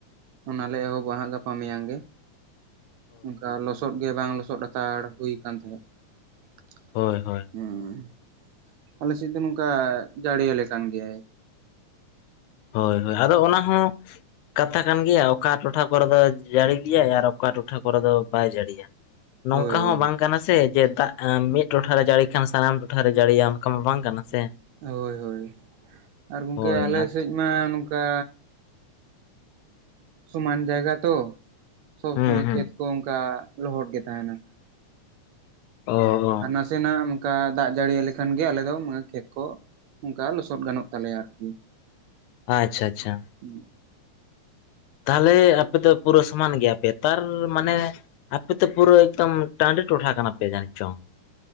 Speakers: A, on the right (about 75°); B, on the left (about 80°).
A: ᱚᱱᱟᱞᱮ ᱮᱦᱚᱵᱽᱼᱟ ᱦᱟᱸᱜ ᱜᱟᱯᱟ ᱢᱮᱭᱟᱝ ᱜᱮ ᱾ ᱚᱱᱠᱟ ᱞᱚᱥᱚᱫ ᱜᱮ ᱵᱟᱝ ᱞᱚᱥᱚᱫ ᱦᱟᱛᱟᱲ ᱦᱩᱭ ᱠᱟᱱ ᱛᱟᱦᱮᱸᱫ ᱾
B: ᱦᱳᱭ ᱦᱳᱭ᱾
A: ᱦᱩᱸ᱾ ᱟᱞᱮ ᱥᱮᱫ ᱫᱚ ᱱᱚᱝᱠᱟ ᱡᱟᱹᱲᱤᱭᱟᱞᱮ ᱠᱟᱱ ᱜᱮᱭᱟᱭ᱾
B: ᱦᱳᱭ ᱦᱳᱭ, ᱟᱫᱚ ᱚᱱᱟ ᱦᱚᱸ ᱠᱟᱛᱷᱟ ᱠᱟᱱ ᱜᱮᱭᱟ ᱚᱠᱟ ᱴᱚᱴᱷᱟ ᱠᱚᱨᱮ ᱫᱚᱭ ᱡᱟᱸᱲᱤ ᱤᱫᱤᱭᱟᱭ, ᱟᱨ ᱚᱠᱟ ᱴᱚᱴᱷᱟ ᱠᱚᱨᱮ ᱫᱚ ‌ᱵᱟᱭ ᱡᱟᱹᱲᱤ ᱤᱫᱤᱭᱟ, ᱱᱚᱝᱠᱟ
A: ᱦᱳᱭ
B: ᱦᱚᱸ
A: ᱦᱳᱭ
B: ᱵᱟᱝ ᱠᱟᱱᱟ ᱥᱮ ᱡᱮ ᱫᱟᱜ ᱮᱸ ᱢᱤᱫ ᱴᱚᱴᱷᱟ ᱨᱮ ᱡᱟᱹᱲᱤ ᱠᱷᱟᱱ ᱥᱟᱱᱟᱢ ᱴᱚᱴᱷᱟ ᱨᱮ ᱡᱟᱹᱲᱤᱭᱟ ᱚᱱᱠᱟ ᱢᱟ ᱵᱟᱝ ᱠᱟᱱᱟ ᱥᱮ?
A: ᱦᱳᱭ ᱦᱳᱭ ᱟᱨ ᱜᱚᱝᱠᱮ‌
B: ᱦᱳᱭ
A: ᱟᱞᱮ
B: ᱟᱨ
A: ᱥᱮᱡ ᱢᱟ ᱱᱚᱝᱠᱟ ᱥᱚᱢᱟᱱ ‌ᱡᱟᱭᱜᱟ ᱛᱚ ᱥᱚᱵᱽ
B: ᱦᱩᱸ
A: ᱥᱚᱢᱚᱭ
B: ᱦᱩᱸ
A: ᱠᱷᱮᱛ ᱠᱚ ᱚᱸᱠᱟ‌ ᱞᱚᱦᱚᱫ ᱜᱮ‌ ᱛᱟᱦᱮᱸᱱᱟ᱾
B: ᱚ ᱚ
A: ᱟᱨ ᱱᱟᱥᱮᱱᱟᱜ ᱚᱱᱠᱟ ᱫᱟᱜ ᱡᱟᱹᱲᱤ ᱟᱞᱮ ᱠᱷᱟᱱ ᱜᱮ ᱟᱞᱮ ᱫᱚ ᱢᱟᱹ ᱠᱷᱮᱛ ᱠᱚ ᱚᱸᱠᱟ ᱞᱚᱥᱚᱫ ᱜᱟᱱᱚᱜ ᱛᱟᱞᱮᱭᱟ ᱟᱨᱠᱤ᱾
B: ᱟ ᱪᱪᱷᱟ ᱟᱪᱪᱷᱟ,
A: ᱦᱩᱸ ᱾
B: ᱛᱟᱦᱮᱞᱮ ᱟᱯᱮ ᱫᱚ ᱯᱩᱨᱟᱹ ᱥᱚᱢᱟᱱ ᱜᱮᱭᱟ ᱯᱮ, ᱛᱟᱨ ᱢᱟᱱᱮ ᱟᱯᱮ ᱛᱚ ᱯᱩᱨᱟᱹ ᱮᱠᱫᱚᱢ ᱴᱟᱺᱰᱤ ᱴᱚᱰᱷᱟ ᱠᱟᱱᱟ ᱯᱮ ᱡᱟᱹᱱᱤᱡ ᱪᱚᱝ᱾